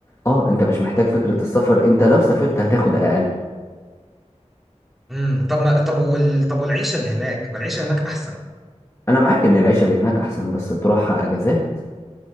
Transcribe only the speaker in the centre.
امم طب ما طب وال طب والعيشه اللي هناك ما العيشه هناك احسن